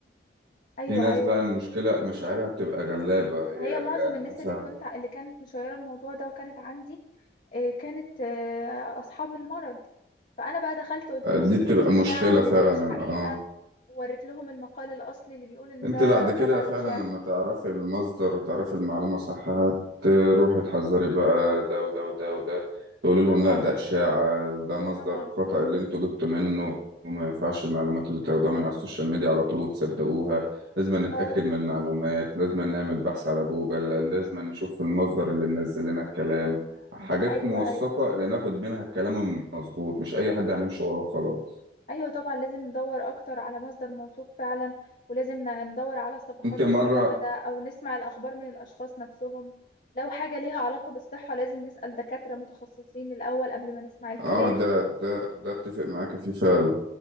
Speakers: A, on the left (about 45°); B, on the right (about 75°).
A: ايوه
B: في ناس
A: ايوه
B: بقى المشكلة مشاعرها بتبقى غلابة يعني
A: هي معظم الناس
B: مثلا
A: اللي كنت اللي كانت مشيرة الموضوع ده وكانت عندي آه، كانت آه، أصحاب المرض فأنا بقى دخلت قلت لهم
B: دي
A: إن
B: بتبقى
A: دي إشاعة
B: مشكلة
A: وإن
B: فعلا
A: ده مش حقيقة
B: اه
A: ووريت لهم المقال الأصلي اللي بيقول إن
B: انت
A: ده
B: بعد كده
A: طبعا
B: فعلا
A: إشاعة
B: لما تعرفي المصدر وتعرفي المعلومة صح هتروحي تحذري بقى ده وده وده وده تقولي لهم
A: طبعا
B: لا ده إشاعة ده مصدر
A: طبعا
B: خطأ اللي انتوا جبتوا منه وما ينفعش المعلومات اللي تاخدوها من على السوشيال ميديا على طول وتصدقوها لازم نتأكد
A: اه
B: من المعلومات لازم نعمل بحث على جوجل لازم نشوف المصدر اللي منزل لنا الكلام حاجات
A: أيوه
B: موثقة
A: أيوه
B: اللي ناخد منها الكلام المظبوط مش أي حد هنمشي وراه وخلاص
A: أيوه طبعا لازم ندور أكتر على مصدر موثوق فعلا ولازم ن- ندور على الصفحات
B: انت مرة
A: المعتمدة أو نسمع الأخبار من الأشخاص نفسهم لو حاجة ليها علاقة بالصحة لازم نسأل دكاترة متخصصين الأول قبل ما نسمع الكلام
B: اه ده ده ده اتفق معاك فيه فعلا